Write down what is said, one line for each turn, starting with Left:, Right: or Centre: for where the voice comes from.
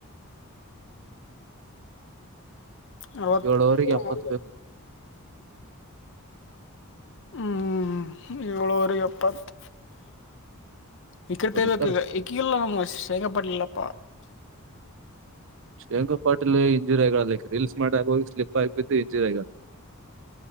Left: <unintelligible>
Right: ಏಳು ಓವರಿಗೆ ಎಪ್ಪತ್ತು ಬೇಕು
Left: ಹ್ಮ್ ಏಳೂರು ಎಪ್ಪತ್ತು ಇಕ್ಕಡೆ
Right: ಹೊಡಿತಾರ
Left: ತಬೇಕ ಇಕ್ಕಗಲ್ಲ ನಮ್ ಶೇಂಗಪಡ್ಲಿಲ್ಲಪ್ಪಾ
Right: ಶ್ರಿಯಂಕಾ ಪಾಟಲ್ ಇಂಜುರಿ ಆಗ ಅಕ್ ರೀಲ್ಸ್ ಮಾಡ ಆ ಹೋಗಿ ಸ್ಲಿಪ್ ಆಗಿ ಬಿದ್ದು ಇಂಜರಿ ಆಗದ